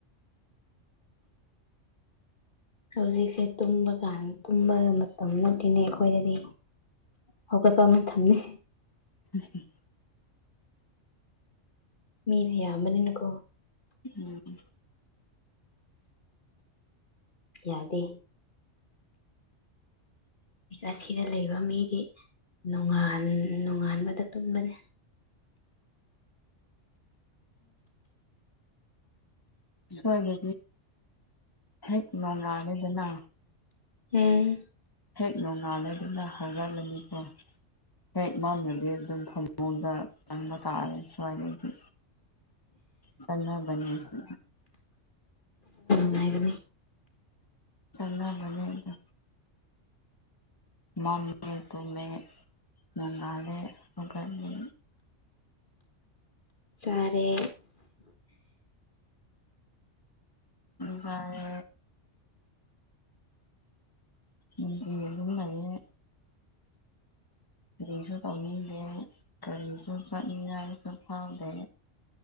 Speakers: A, on the left (about 45°); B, on the left (about 20°).
A: ꯍꯧꯖꯤꯛꯁꯦ ꯇꯨꯝꯕ ꯀꯥꯟ ꯇꯨꯝꯕ ꯃꯇꯝ ꯅꯠꯇꯦꯅꯦ ꯑꯩꯈꯣꯏꯗꯗꯤ ꯍꯈꯣꯏ ꯄꯃꯅ ꯊꯝꯅꯤ
B: ꯎꯝ
A: ꯃꯤꯅ ꯌꯥꯝꯌꯥꯝꯕꯅꯤꯅꯀꯣ
B: ꯎꯝ
A: ꯌꯥꯗꯦ ꯑꯁꯤꯗ ꯂꯩꯕ ꯃꯤꯗꯤ ꯅ ꯅꯣꯡꯉꯥꯟꯕꯗ ꯇꯨꯝꯕꯅꯤ
B: ꯁꯋꯥꯒ ꯍꯦꯛ ꯅꯨꯡꯉꯥꯂꯦꯗꯅ
A: ꯍꯝ
B: ꯦꯛ ꯅꯣꯡꯉꯥꯜꯂꯗꯨꯅ ꯍꯧꯒꯠꯂꯝꯃꯤꯀꯣ ꯍꯦꯛꯃꯝꯅꯗꯤ ꯑꯗꯨꯝ ꯐꯃꯨꯡꯗ ꯆꯪꯕ ꯇꯥꯔꯦ ꯁ꯭ꯋꯥꯏꯗꯩꯗꯤ ꯆꯅꯥ ꯟꯅꯁꯤ
A: ꯉꯥꯏꯕ
B: ꯆꯅꯥ ꯃꯅꯤ ꯑꯗꯨ ꯃꯝꯃꯦ ꯇꯨꯝꯃꯦ ꯉꯅꯨꯡꯗꯥꯂꯦ ꯍꯧꯒꯠꯅꯤ
A: ꯁꯔꯦ
B: ꯖꯔꯦ ꯗꯤ ꯑꯗꯨꯨꯝ ꯂꯩꯌꯦ ꯀꯔꯤꯁꯨ ꯇꯧꯅꯤꯡꯗꯦ ꯀꯔꯤꯁꯨ ꯆꯠꯅꯤꯡꯉꯥꯏꯁꯨ ꯐꯥꯎꯗꯦ